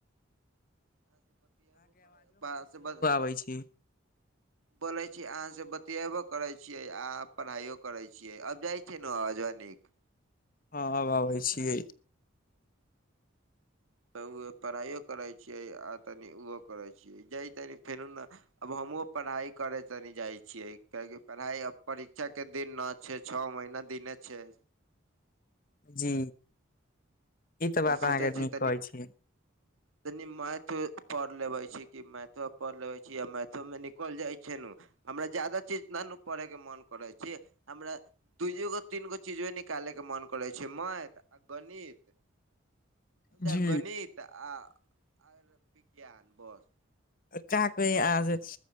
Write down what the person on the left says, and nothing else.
होै छी।
हँ, आब आबै छियै।
जी! ई तऽ बात
अहाँके
नीक कहै छी।
जी
काक आ से